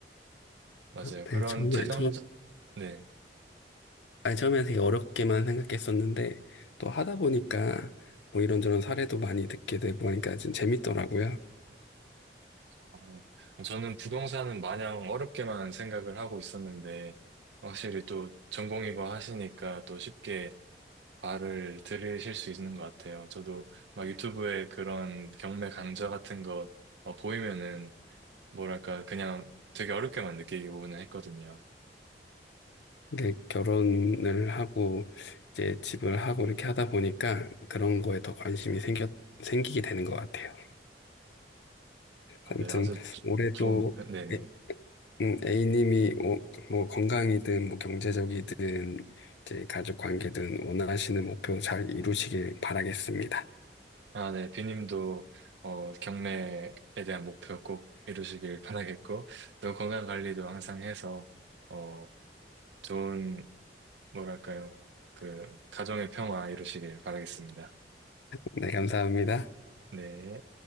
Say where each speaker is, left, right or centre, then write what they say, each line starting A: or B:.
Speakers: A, on the right; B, on the left.
A: 맞아요.
B: 네,
A: 그런
B: 처음에,
A: 재정, 네.
B: 아니, 처음에 되게 어렵게만 생각했었는데, 또 하다 보니까 뭐 이런저런 사례도 많이 듣게 되고 하니까 좀 재밌더라고요.
A: 어, 저는 부동산은 마냥 어렵게만 생각을 하고 있었는데 확실히 또 전공이고 하시니까 또 쉽게 말을 들으실 수 있는 것 같아요. 저도 막 유튜브에 그런 경매 강좌 같은 거 어, 보이면은 뭐랄까, 그냥 되게 어렵게만 느끼고는 했거든요.
B: 이게 결혼을 하고, 이제 집을 하고 이렇게 하다 보니까 그런 거에 더 관심이 생겨, 생기게 되는 것 같아요.
A: 아,
B: 아무튼,
A: 네, 아주 조-
B: 올해도
A: 좋은, 목표- 네네.
B: 애- 음, A님이 뭐, 뭐 건강이든 뭐 경제적이든 이제 가족 관계든 원하시는 목표 잘 이루시길 바라겠습니다.
A: 아, 네, 비님도, 어, 경매에 대한 목표 꼭 이루시길 바라겠고, 또 건강 관리도 항상 해서, 어, 좋은, 뭐랄까요, 그, 가정의 평화 이루시길 바라겠습니다.
B: 네, 감사합니다.
A: 네.